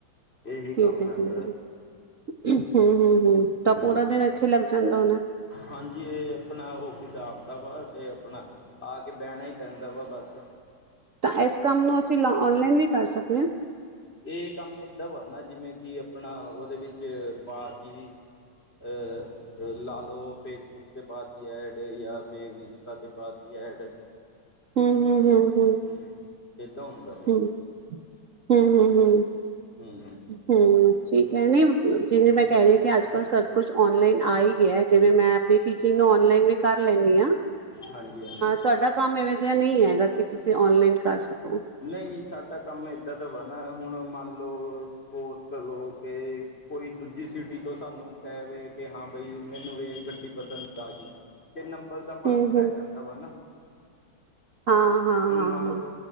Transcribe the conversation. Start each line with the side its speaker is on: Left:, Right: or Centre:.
Left: ਇਹੀ
Right: ਠੀਕ
Left: ਕੰਮ
Right: ਹੈ,
Left: ਹੈਗਾ
Right: ਠੀਕ ਹੈ। ਹਮ-ਹਮ, ਹਮ ਤਾਂ
Left: ਹੂੰ
Right: ਪੂਰਾ ਦਿਨ ਇੱਥੇ ਲੱਗ ਜਾਂਦਾ ਹੋਣੇ।
Left: ਹਾਂਜੀ ਇਹ ਆਪਣਾ ਆਪਦਾ ਵਾ ਤੇ ਆਪਣਾ ਆ ਕੇ ਬਹਿਣਾ ਹੀ ਪੈਂਦਾ ਵਾ ਬਸ।
Right: ਤਾਂ ਇਸ ਕੰਮ ਨੂੰ ਅਸੀਂ ਲ ਔਨਲਾਈਨ ਵੀ ਕਰ ਸਕਦੇ ਹਾਂ।
Left: ਇਹ ਕਮ ਏਦਾ ਵਾਨਾ ਜਿਵੇ ਕਿ ਆਪਣਾ ਉਹਦੇ ਵਿਚ ਪਾਤੀ ਅ ਲਾ ਲਓ ਫੇਸਬੁੱਕ ਤੇ ਪਾਤੀ ਐਡ ਜਾਂ ਫਿਰ ਇੰਸਟਾ ਤੇ ਪਾਤੀ ਐਡ। <inaudible>
Right: ਹਮ-ਹਮ, ਹਮ-ਹਮ
Left: ਹੂੰ ਇੱਦਾਂ ਹੁੰਦਾ। ਵਾ
Right: ਹੂੰ-ਹੂੰ, ਹੂੰ-ਹੂੰ,
Left: ਹੂੰ
Right: ਹੂੰ ਠੀਕ ਹੈ ਨੀ ਜਿਵੇਂ ਮੈਂ ਕਹਿ ਰਹੀ ਅੱਜ ਕਲ ਸਭ ਕੁਛ ਓਨਲਾਈਨ ਆ ਹੀ ਗਿਆ ਜਿਵੇਂ ਮੈਂ ਆਪਣੀ ਟੀਚਿੰਗ ਨੂੰ ਨਲਾਈਨ ਵੀ ਕਰ ਲੈਨੀ ਆ।
Left: ਹਾਂਜੀ-ਹਾਂਜੀ
Right: ਤੁਹਾਡਾ ਕਮ ਇਹਵੇ ਜਿਹਾ ਨਹੀ ਹੈਗਾ ਕਿ ਤੁਸੀ ਔਨਲਾਈਨ ਕਰ ਸਕੋ।
Left: ਨਹੀ ਸਾਡਾ ਕਮ ਇਦਾ ਦਾਵਾ ਨਾ ਹੁਣ ਮੰਨ ਲਓ ਸਪੋਸ ਕਰੋ ਕਿ ਕੋਈ ਦੂਜੀ ਸਿਟੀ ਤੋ ਸਾਨੂੰ ਕਹਿਵੇ ਕਿ ਹਾਂ ਬਾਈ ਮੈਨੂੰ ਇਹ ਗੱਡੀ ਪਸੰਦ ਆ ਗੀ। ਤੇ ਨੰਬਲ ਦਾ
Right: ਹੂੰ
Left: ਫਲਕ ਪੈ
Right: ਹੂੰ
Left: ਜਾਦਾ ਵਾ ਨਾ।
Right: ਹਾਂ ਹਾਂ
Left: ਹੁਣ
Right: ਹਾਂ
Left: ਮੰਨ
Right: ਹਾਂ
Left: ਲੋ